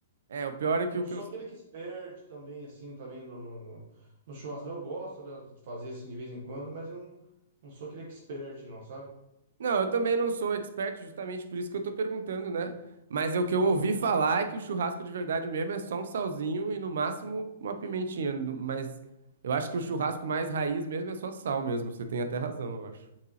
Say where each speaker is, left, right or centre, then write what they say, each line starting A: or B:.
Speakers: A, on the right; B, on the right.
A: É, o pior é que
B: Eu não
A: o que
B: sou
A: eu,
B: aquele que experte também, assim, também no, no, no churrasco. Eu gosto, aliás, de fazer assim de vez em quando, mas eu não, não sou aquele expert, não, sabe?
A: Não, eu também não sou expert, justamente por isso que eu tô perguntando, né? Mas é o que eu ouvi falar é que o churrasco de verdade mesmo é só um salzinho e no máximo uma pimentinha. No- Mas eu acho que o churrasco mais raiz mesmo é só sal mesmo. Você tem até razão, eu acho.